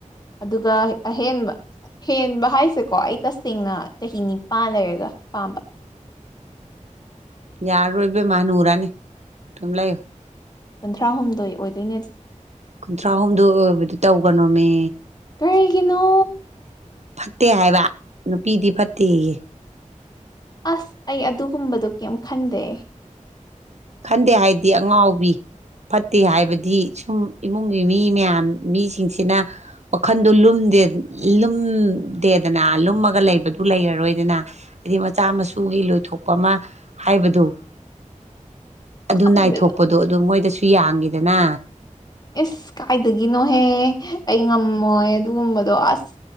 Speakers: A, on the left; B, on the right.
A: ꯑꯗꯨꯒ ꯑꯍꯦꯟꯕ ꯍꯦꯟꯕ ꯍꯥꯏꯁꯦꯀꯣ ꯑꯩ ꯇꯁꯦꯡꯅ ꯆꯍꯤ ꯅꯤꯄꯥꯟ ꯂꯩꯔꯒ ꯄꯥꯝꯕ
B: ꯌꯥꯔꯔꯣꯏ ꯏꯕꯦꯝꯃꯥ ꯍꯅꯨꯔꯅꯤ ꯊꯨꯝꯂꯩ
A: ꯀꯨꯟꯊ꯭ꯔꯥꯍꯨꯝꯗꯣꯏ ꯑꯣꯏꯗꯣꯏꯅꯦ
B: ꯀꯨꯟꯊ꯭ꯔꯥꯍꯨꯝꯗꯣꯏ ꯑꯣꯏꯕꯗꯨ ꯇꯧꯒꯅꯣꯃꯤ
A: ꯀꯩꯒꯤꯅꯣ
B: ꯐꯠꯇꯦ ꯍꯥꯏꯕ ꯅꯨꯄꯤꯗꯤ ꯐꯠꯇꯦꯌꯦ
A: ꯑꯁ ꯑꯩ ꯑꯗꯨꯒꯨꯝꯕꯗꯣ ꯀꯩꯝ ꯈꯟꯗꯦ
B: ꯈꯟꯗꯦ ꯍꯥꯏꯗꯤ ꯑꯉꯥꯎꯕꯤ ꯐꯠꯇꯦ ꯍꯥꯏꯕꯗꯤ ꯁꯨꯝ ꯏꯃꯨꯡꯒꯤ ꯃꯤ ꯃꯌꯥꯝ ꯃꯤꯁꯤꯡꯁꯤꯅ ꯋꯥꯈꯟꯗꯣ ꯂꯨꯝꯗꯦ ꯂꯨꯝꯗꯦꯗꯅ ꯂꯨꯝꯃꯒ ꯂꯩꯕꯗꯨ ꯂꯩꯔꯔꯣꯏꯗꯅ ꯍꯥꯏꯗꯤ ꯃꯆꯥ ꯃꯁꯨꯒꯤ ꯂꯣꯏꯊꯣꯛꯄ ꯑꯃꯥ ꯍꯥꯏꯕꯗꯨ ꯑꯗꯨ
A: ꯈꯪꯗꯦꯗ
B: ꯅꯥꯏꯊꯣꯛꯄꯗꯣ ꯑꯗꯨ ꯃꯣꯏꯗꯁꯨ ꯌꯥꯡꯒꯤꯗꯅ
A: ꯏꯁ ꯀꯥꯏꯗꯒꯤꯅꯣꯍꯦ ꯑꯩ ꯉꯝꯃꯣꯏ ꯑꯗꯨꯒꯨꯝꯕꯗꯣ ꯑꯁ